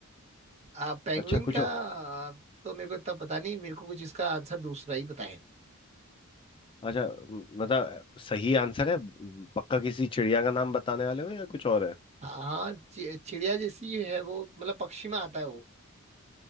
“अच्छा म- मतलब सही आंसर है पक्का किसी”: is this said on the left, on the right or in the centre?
Left